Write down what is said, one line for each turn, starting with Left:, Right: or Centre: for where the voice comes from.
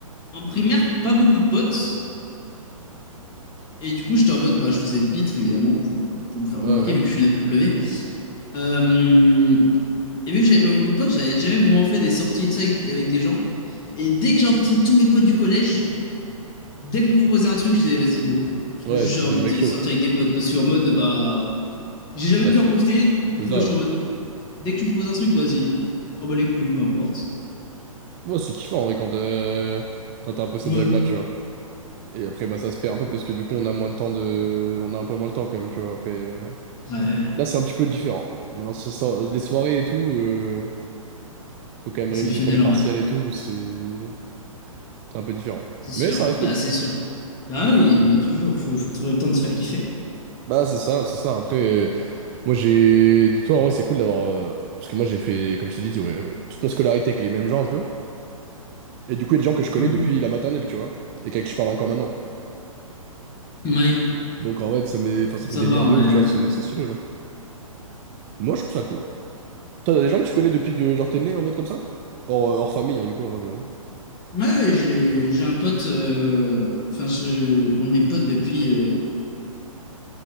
Left: en primaire pas beaucoup de potes. Et du coup, j'étais en mode, bah, je faisais pitre, évidemment, pour, euh, pour me faire remarquer,
Right: Ouais, ouais.
Left: vu que je suis une A W Euh, et vu que j'avais pas beaucoup de potes, j'avais jamais vraiment fait des sorties et tout ça avec, avec des gens. Et dès que j'ai rencontré tous mes potes du collège, dès qu'on me proposait un truc, je disais, vas-y, go. Parce que
Right: Ouais,
Left: juste,
Right: t'étais
Left: j'ai envie
Right: le mec
Left: de
Right: chaud.
Left: sortir avec des potes. Parce qu'en mode, bah, j'ai jamais
Right: Bah,
Left: pu
Right: tu...
Left: en profiter.
Right: l'as-
Left: Du
Right: C'est
Left: coup,
Right: ça,
Left: bah, je suis
Right: ouais.
Left: en mode, dès que tu me proposes un truc, vas-y. Oh, bah, les couilles, peu importe.
Right: Bon, c'est kiffant, en vrai, quand, euh, quand t'as un peu cette
Left: Ouais.
Right: vibe-là, tu vois. Et après, bah, ça se perd un peu, parce que du coup, on a moins le temps de... On a un peu moins le temps, quand même, tu vois. Après, euh,
Left: Ouais.
Right: là, c'est un petit peu différent, quoi. Maintenant, ça sort- les soirées et tout... euh, Faut quand même
Left: Exceptionnel
Right: réviser pour les partiels
Left: en vrai.
Right: et tout, c'est c'est un peu différent.
Left: C'est sûr.
Right: Mais ça reste
Left: Bah,
Right: cool.
Left: c'est sûr. Bah oui, euh, toujours. Faut, faut trouver le temps de se faire kiffer.
Right: Bah c'est ça, c'est ça. Après, euh, moi j'ai... Dis-toi, en vrai, c'est cool d'avoir... euh, Parce que moi j'ai fait, comme je t'ai dit, tu vois, euh, toute ma scolarité avec les mêmes gens un peu. Et du coup, il y a des gens que je connais
Left: Mhm.
Right: depuis la maternelle, tu vois. Et avec qui je parle encore maintenant.
Left: Oui,
Right: Donc en vrai, ça met... enfin, ça
Left: ça
Right: fait des
Left: va,
Right: liens de
Left: ouais.
Right: ouf, tu vois, c'est c'est stylé, genre. Moi, je trouve ça cool. Toi, t'as des gens que tu connais depuis que genre t'es né en mode comme ça? Hors, euh, hors famille, hein, du coup, hein, j'imagine.
Left: Ouais, ouais, j'ai, j'ai un pote, euh, enfin, je, qu'on est pote depuis. euh,